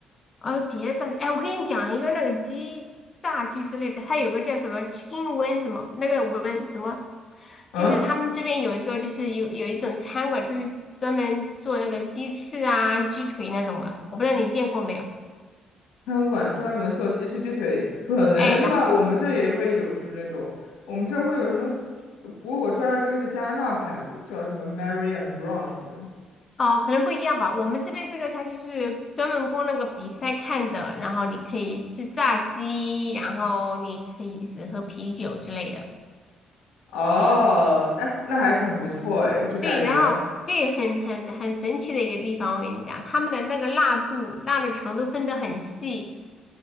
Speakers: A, on the left; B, on the left.
A: 啊，别的炸鸡哎，我跟你讲一个那个鸡炸鸡之类的，它有个叫什么 chicken wing 什么那个 wing 什么，就是他们这边有一个就是有有一种餐馆，
B: 嗯。
A: 就是专门做那个鸡翅啊、鸡腿那种的，我不知道你见过没有？
B: 餐馆专门做鸡食鸡腿，可能吧，
A: 哎，然后
B: 我们这也会有，就是那种我们这会有什么？不过我知道这个是加拿大牌子，叫什么 Mary and Brown 什么的。
A: 哦，可能不一样吧。我们这边这个它就是专门供那个比赛看的，然后你可以吃炸鸡，然后你可以就是喝啤酒之类的。
B: 哦，哎，那还挺不错哎，就感觉
A: 对，然后对，很很很神奇的一个地方，我跟你讲，他们的那个辣度、辣的程度分得很细。